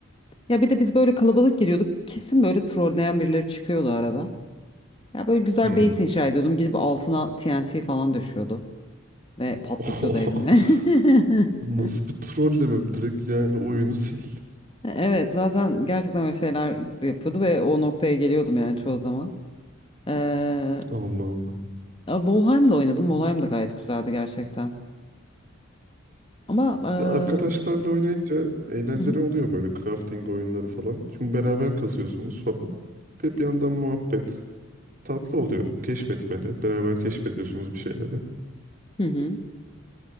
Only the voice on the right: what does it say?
Hmm.
<laughs>
Nasıl
bir trolleme? Direkt yani oyunu sil.
Allah Allah.
Ya arkadaşlarla oynayınca eğlenceli
oluyor böyle crafting oyunları falan. Çünkü beraber kasıyorsunuz falan. Ve bir yandan muhabbet tatlı oluyor. Keşfetmeli. Beraber keşfediyorsunuz bir şeyleri.